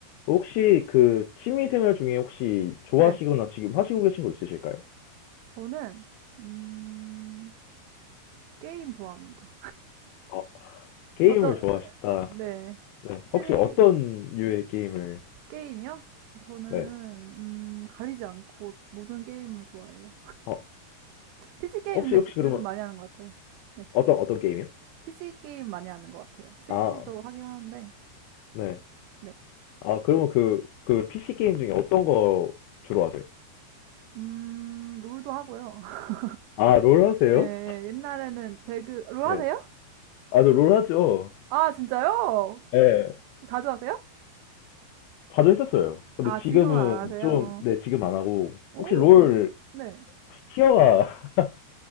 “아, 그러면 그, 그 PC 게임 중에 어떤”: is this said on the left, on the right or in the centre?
Left